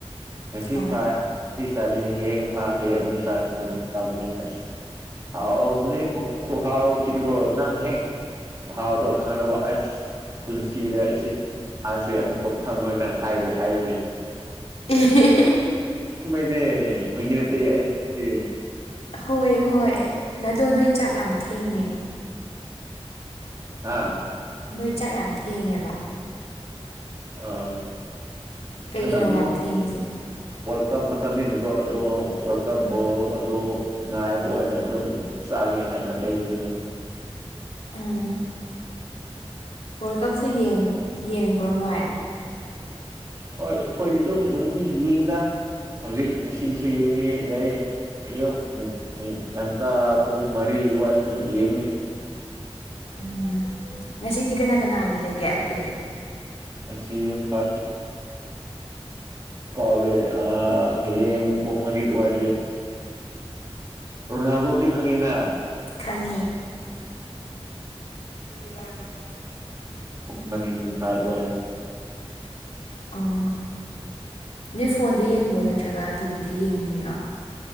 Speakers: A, on the right (about 35°); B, on the left (about 80°).
A: ꯉꯁꯤ
B: ꯍꯣꯏ
A: ꯐꯥꯏ ꯁꯤ ꯆꯅꯤ ꯍꯌꯦꯡ ꯐꯥꯏ ꯍꯥꯌꯦꯡ ꯑꯃꯨꯛ ꯆꯥ ꯐꯕꯅꯦ ꯑꯁ ꯍꯥꯎꯕꯅꯦ ꯀꯣ ꯈꯣꯍꯥꯎ ꯁꯤꯗꯤꯒꯣ ꯅꯪ ꯍꯦꯛ ꯃꯍꯥꯎꯗꯣ ꯈꯪꯉꯥꯕ ꯑꯁ ꯁꯤꯗ ꯁꯤ ꯉꯥꯁꯦ ꯑꯃꯨꯛꯀ ꯐꯪꯉꯣꯏꯅ ꯍꯥꯏꯔꯣꯏ ꯍꯥꯏꯔꯤꯅꯦ
B: ꯍꯦ ꯍꯦ
A: ꯑꯁꯦꯡꯕꯒꯤꯅꯦ ꯐꯥꯒꯤ ꯅꯠꯇꯦ ꯑꯩꯅꯥ ꯍꯥꯏꯁꯦ
B: ꯍꯣꯏ ꯍꯣꯏ ꯅꯗꯣ ꯅꯣꯏ ꯆꯥꯛ ꯌꯥꯝ ꯊꯦꯡꯉꯦ
A: ꯍꯥ
B: ꯅꯣꯏ ꯆꯥꯛ ꯌꯥꯝ ꯊꯦꯡꯉꯦꯕ
A: ꯑꯣ
B: ꯀꯩꯒꯤꯅꯣ
A: ꯍꯟꯗꯛꯗꯤ
B: ꯌꯥꯝ ꯊꯦꯡꯉꯤꯁꯦ
A: ꯋꯥꯔꯜ ꯀꯞ ꯃꯇꯝꯅꯤꯅꯥꯀꯣ ꯑꯗꯨ ꯋꯥꯔꯜ ꯀꯞ ꯕꯣꯜ ꯑꯗꯨ ꯉꯥꯏꯕ ꯑꯣꯏꯅ ꯑꯗꯨꯝ ꯆꯥꯒꯦ ꯍꯥꯏꯅ ꯂꯩꯕꯅꯤꯅ
B: ꯎꯝ ꯍꯣꯏ ꯀꯞꯁꯨ ꯌꯦꯡꯕ꯭ꯔꯣꯅꯣ
A: ꯍꯣꯏ ꯑꯩꯈꯣꯏꯗꯤ ꯑꯗꯨꯝ ꯅꯨꯡꯇꯤꯒꯤ ꯌꯦꯡꯗ ꯍꯧꯖꯤꯛ ꯉꯁꯤꯁꯨ ꯌꯦꯡꯉꯤ ꯑꯗꯩ ꯑꯌꯣ ꯎꯝ ꯎꯝ ꯉꯟꯇꯥ ꯄꯨꯡ ꯃꯔꯤ ꯑꯗꯨꯋꯥꯏꯁꯨ ꯑꯃꯨꯛ ꯌꯦꯡꯅꯤ
B: ꯎꯝ ꯉꯁꯤꯗꯤ ꯀꯅꯥ ꯀꯅꯥꯗꯤ ꯂꯩꯒꯦ ꯄ꯭ꯂꯦ
A: ꯑꯁꯤ ꯐ ꯀꯥꯎꯔꯦ ꯑ ꯍ ꯄꯣ ꯃꯅꯤꯠ ꯋꯥꯖꯦ ꯔꯗꯣꯗꯤ ꯈꯉꯤꯅ
B: ꯈꯪꯉꯦ ꯅꯨꯃꯤꯡ
A: ꯃꯔꯤꯅ ꯁꯥꯏ ꯑꯗꯨꯋꯥꯏꯗ
B: ꯑꯣ ꯅꯣꯏ ꯐꯣꯟꯗ ꯌꯦꯡꯕ꯭ꯔꯣ ꯅꯠꯇ꯭ꯔꯒ ꯇꯤꯚꯤꯗ ꯌꯦꯡꯅꯤꯔꯣ